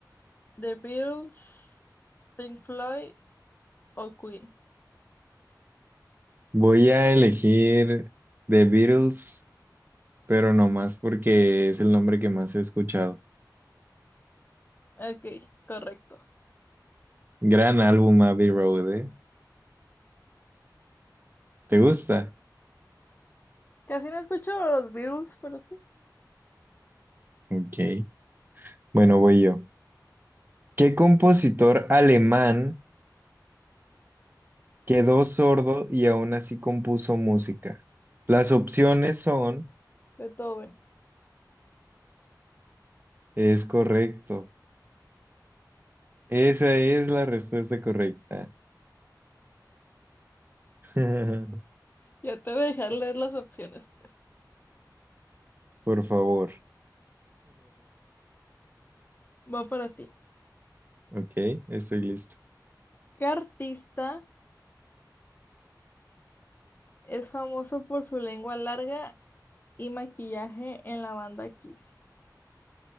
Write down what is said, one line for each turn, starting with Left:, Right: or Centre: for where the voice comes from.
Left: The Beatles, Pink Floyd O Queen.
Right: Voy a elegir The Beatles, pero no más porque es el nombre que más he escuchado.
Left: Ok, correcto.
Right: Gran álbum Abbey Road, ¿eh? ¿Te gusta?
Left: Casi no escucho los Beatles, pero sí.
Right: Ok. Bueno, voy yo. ¿Qué compositor alemán quedó sordo y aún así compuso música? Las opciones son,
Left: Beethoven.
Right: es correcto. Esa es la respuesta correcta. <laughs>
Left: Ya te voy a dejar leer las opciones.
Right: Por favor. <laughs>
Left: Va para ti.
Right: Ok, estoy listo.
Left: ¿Qué artista es famoso por su lengua larga y maquillaje en la banda Kiss?